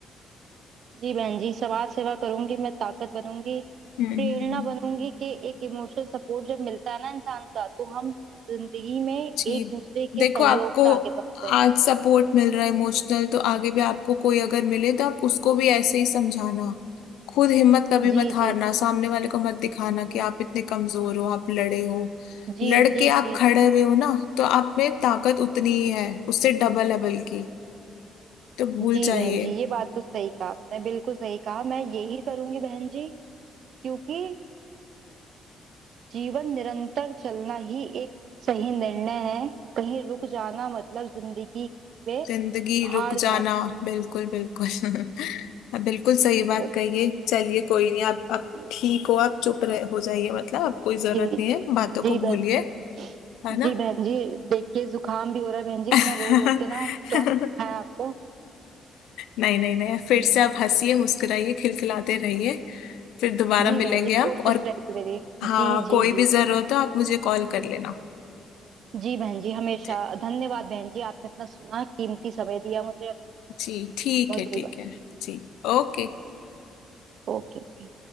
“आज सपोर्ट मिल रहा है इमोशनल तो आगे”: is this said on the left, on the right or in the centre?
Left